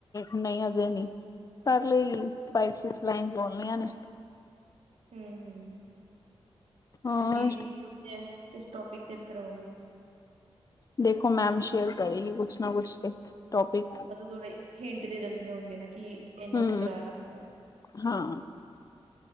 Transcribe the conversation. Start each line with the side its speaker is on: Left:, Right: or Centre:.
Left: ਨਹੀਂ ਹਜੇ ਨਹੀਂੀ, ਕਰ ਲੈਗੀ, ਫਾਈਫ ਸੀਕਸ ਲਾਈਨਸ ਬੋਲਣੀਆਂ ਨੇ।
Right: ਹਮ ਹਮ,
Left: ਹੋਰ
Right: ਤੇ ਕੀ ਕੀ ਸੋਚਿਆ ਏ, ਕਿਸ ਟੋਪਿਕ ਤੇ ਕਰਾਓਗੇ?
Left: ਦੇਖੋ ਮੈਮ ਸ਼ੇਅਰ ਕਰੇਗੀ ਕੁਛ ਨਾ ਕੁਛ ਤੇ, ਟੋਪਿਕ
Right: ਮਤਲਬ ਥੋੜੇ ਹਿੰਟ ਦੇ ਦਿੰਦੀਆਂ ਹੋਣਗੀਆਂ ਨਾ, ਕਿ ਇਹਨਾਂ
Left: ਹੂੰ
Right: 'ਚ ਕਰਾ ਨਾ ਕਰਾ ਦੋ
Left: ਹਾਂ।